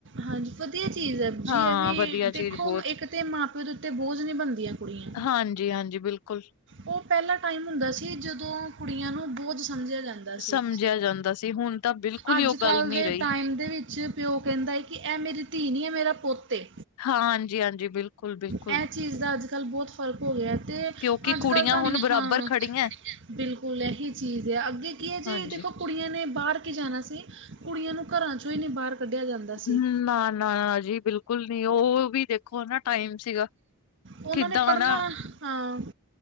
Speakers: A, on the right; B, on the left.
A: ਹਾਂਜੀ, ਵਧੀਆ ਚੀਜ਼ ਐ ਜੀ
B: ਹਾਂ
A: ਇਹ ਵੀ,
B: ਵਧੀਆ
A: ਦੇਖੋ
B: ਚੀਜ਼ ਬਹੁਤ
A: ਇੱਕ ਤਾਂ ਮਾਂ-ਪਿਓ ਦੇ ਉੱਤੇ ਬੋਝ ਨੀ ਬਣਦੀਆਂ ਕੁੜੀਆਂ
B: ਹਾਂਜੀ-ਹਾਂਜੀ ਬਿਲਕੁਲ।
A: ਉਹ ਪਹਿਲਾ ਟਾਈਮ ਹੁੰਦਾ ਸੀ, ਜਦੋਂ ਕੁੜੀਆਂ ਨੂੰ ਬੋਝ ਸਮਝਿਆ ਜਾਂਦ ਦਾ
B: ਸਮਝਿਆ
A: ਸੀ,
B: ਜਾਂਦਾ ਸੀ ਹੁਣ ਤਾਂ ਬਿਲਕੁਲ
A: ਅੱਜ-ਕੱਲ੍ਹ
B: ਹੀ ਉਹ ਗੱਲ ਨਹੀਂ
A: ਦੇ
B: ਰਹੀ
A: ਟਾਈਮ ਦੇ ਵਿੱਚ ਪਿਓ ਕਹਿੰਦਾ ਕਿ ਇਹ ਮੇਰੀ ਧੀ ਨੀ, ਐ ਮੇਰਾ ਪੁੱਤ ਏ।
B: ਹਾਂ, ਹਾਂਜੀ-ਹਾਂਜੀ ਬਿਲਕੁਲ। ਬਿਲਕੁਲ
A: ਐਹ ਚੀਜ਼ ਦਾ ਅੱਜ-ਕੱਲ੍ਹ ਬਹੁਤ ਫ਼ਰਕ ਹੋ ਗਿਆ ਤੇ
B: ਕਿਉਂਕਿ
A: ਅੱਜ-ਕੱਲ੍ਹ
B: ਕੁੜੀਆਂ
A: ਤੁਹਾਨੂੰ
B: ਹੁਣ ਬਰਾਬਰ
A: ਹਾਂ।
B: ਖੜੀਆਂ
A: ਬਿਲਕੁਲ ਇਹੀ ਚੀਜ਼ ਆ, ਅੱਗੇ ਕੀ ਐ ਜੀ
B: ਹਾਂਜੀ
A: ਦੇਖੋ ਕੁੜੀਆਂ ਨੇ ਬਾਹਰ ਕੀ ਜਾਣਾ ਸੀ, ਕੁੜੀਆਂ ਨੂੰ ਘਰਾਂ 'ਚੋ ਨਹੀਂ ਬਾਹਰ ਕੱਢਿਆ ਜਾਂਦਾ ਸੀ
B: ਹੂੰ, ਨਾ-ਨਾ ਜੀ ਬਿਲਕੁਲ ਨੀ ਓ ਵੀ ਦੇਖੋ ਨਾ ਟਾਈਮ ਸੀਗਾ।
A: ਓਨਾਂ
B: ਕਿੱਦਾਂ
A: ਨੇ ਪੜਨਾ,
B: ਨਾ
A: ਹਾਂ